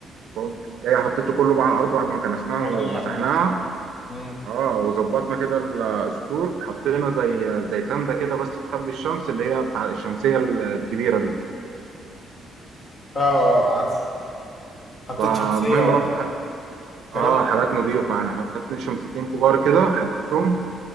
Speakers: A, on the right; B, on the left.
A: فقمت جاي حطيته كله بقى على الأرض بعد ما كنسناها
B: ما هو ده
A: ومسحناها
B: اللي عملته امم
A: اه وظبطنا كده السور حطينا زي زي تندة كده بس تخبي الشمس اللي هي بتاع الشمسية الكبيرة دي
B: اه اه عارف حطيت
A: فالمهم
B: شمسيه وبتاع
A: رحنا حط...
B: الكلام
A: اه
B: ده
A: حاجات
B: جامد.
A: نظيفة يعني حطيت اتنين شمسيتين كبار كده حطيتهم